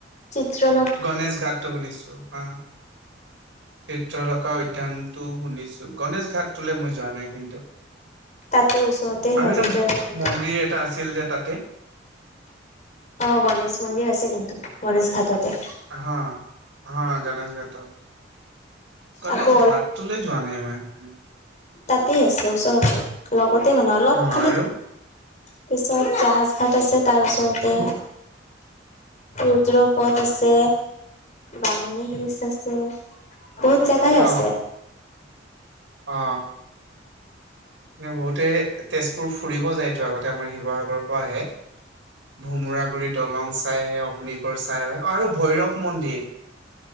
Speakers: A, on the left (about 40°); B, on the right (about 75°).
A: চিত্ৰলে
B: গণেশ ঘাটটো শুনিছো হা। চিত্ৰলখা উদ্যানটো শুনিছো, গণেশ ঘাটটোলে মই যোৱা নাই কিন্তু?
A: তাতে ওচৰতে হয়
B: আৰু এটা
A: চিত্ৰলেখা উদ্যান
B: মন্দিৰ এটা আছিল যে তাতে?
A: অ গনেশ মন্দিৰ আছে কিন্তু গণেশ ঘাটতে।
B: হা হা গণেশ ঘাটত। গণেশ
A: আকৌ
B: ঘাটটোলৈ যোৱা নাই মই?
A: তাতেই আছে ওচৰতে লগতে মানে অলপ
B: অ
A: খালি
B: আৰু
A: পিছত জাহাজ ভাট আছে তাৰ ওচৰতে। ৰুদ্ৰ পথ আছে, বামুণী হিলচ আছে বহুত জাগাই আছে।
B: অ অ। এনে বহুতে তেজপুৰ ফুৰিব যায়টো আগতে আমাৰ শিৱসাগৰৰ পৰা আহে। ভোমোৰা গুৰি দলং চাই, অগ্নিগড় চাই আৰু ভৈৰৱ মন্দিৰ।